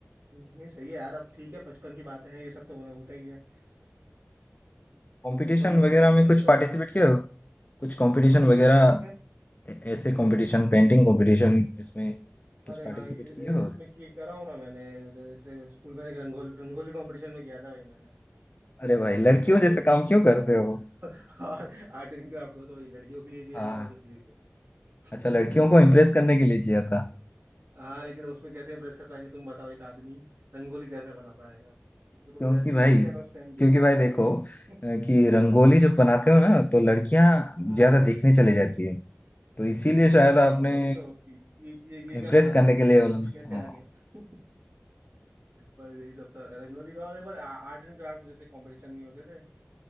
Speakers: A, on the right; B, on the left.
A: हम्म, नहीं सही है यार अब ठीक है बचपन की बातें हैं ये सब तो होने होता ही है
B: कंपटीशन
A: वही
B: वगैरह
A: अब बचपन
B: में
A: में
B: कुछ
A: तो
B: पार्टिसिपेट
A: थोड़ी
B: किया हो? कुछ कंपटीशन वगैरह
A: किस्में
B: ऐ- ऐसे कंपटीशन पेंटिंग कंपटीशन इसमें कुछ
A: अरे हाँ
B: पार्टिसिपेट
A: इ- इ-
B: किए हो
A: इसमें ये करा हूँ ना मैंने जैसे स्कूल में एक रंगोली रंगोली कंपटीशन में किया था भाई मैंने
B: अरे भाई
A: <laughs>
B: लड़कियों
A: रंगोली
B: जैसे
A: कंपटीशन
B: काम क्यों
A: में
B: करते
A: किया था
B: हो
A: <laughs> और आर्ट एंड क्राफ्ट में तो वही लड़कियों के लिए किया
B: हाँ
A: था और किस लिए किया था
B: अच्छा लड़कियों को इम्प्रेस करने के लिए किया था
A: <laughs> हाँ लेकिन उसमें कैसे इम्प्रेस कर पाएंगे तुम बताओ एक आदमी रंगोली कैसे बना पाएगा
B: क्योंकि
A: वो तो बस ऐसे ही
B: भाई
A: कर लिया था उस टाइम जोश
B: क्योंकि
A: जोश
B: भाई देखो अ,
A: में।
B: कि
A: <laughs>
B: रंगोली जब बनाते हो ना तो लड़कियां
A: हाँ
B: ज्यादा देखने चले जाती है तो इसीलिए शायद
A: हाँ
B: आपने
A: वही तो कि ये ये ये क्या
B: इम्प्रेस
A: बना
B: करने
A: रहा है
B: के लिए बोला
A: ये
B: ना
A: कैसे आ गया <laughs> बस यही सब था रंगोली का और एक बार आर्ट एंड क्राफ्ट जैसे कंपटीशन नहीं होते थे